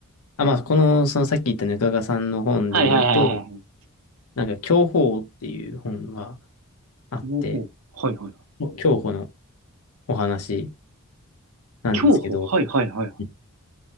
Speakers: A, on the left (about 75°); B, on the right (about 75°).
A: あ、まあ、この、そのさっき言ったぬかがさんの本で言うと、
B: はいはいはいはいは
A: なんか、享保っていう本があって、
B: 東方はいはい。
A: 享保のお話なんですけど、
B: 競歩はいはいはいはい。
A: うん